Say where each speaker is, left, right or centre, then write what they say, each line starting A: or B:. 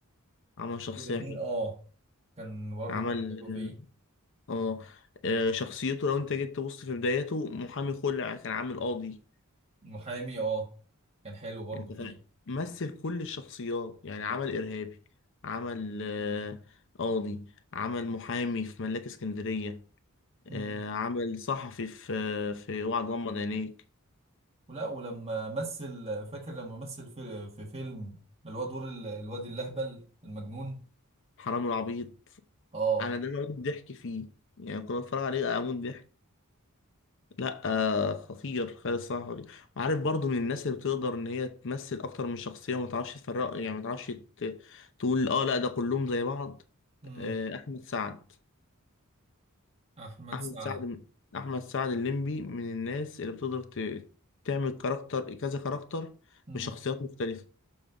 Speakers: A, on the left; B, on the right.
A: عمل شخصية
B: الاثنين
A: حلوة
B: اه كان برضه
A: عمل
B: كان حلو فيه
A: آه آه، شخصيته لو أنت جيت تبص في بدايته محامي خلع كان عامل قاضي
B: المحامي اه كان حلو برضه
A: أنت
B: فيه
A: فا- مثل كل الشخصيات يعني عمل إرهابي عمل آه، قاضي عمل محامي في ملاك اسكندرية آه،
B: مم.
A: عمل صحفي في في وعد غمض عينيك
B: ولا ولما مثل فاكر لما مثل في, في فيلم اللي هو دور ال- الواد اللهبل المجنون
A: حرام العبيط
B: اه
A: انا ده بموت ضحك فيه يعني كنت اتفرج عليه آه، اموت ضحك لا آه خطير خالد صحفي عارف برضو من الناس اللي بتقدر ان هي تمثل اكتر من شخصيه وما تعرفش تفرق يعني ما تعرفش ت- تقول اه لا ده كلهم زي بعض
B: مم.
A: آه احمد سعد
B: احمد
A: احمد
B: سعد
A: سعد احمد سعد الليمبي من الناس اللي بتقدر ت- تعمل كاركتر كذا كاركتر
B: امم
A: بشخصيات مختلفه